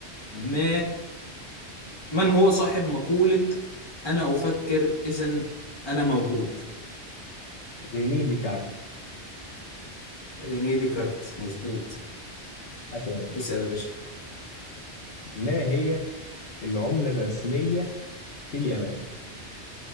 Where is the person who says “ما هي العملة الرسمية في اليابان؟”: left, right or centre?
Left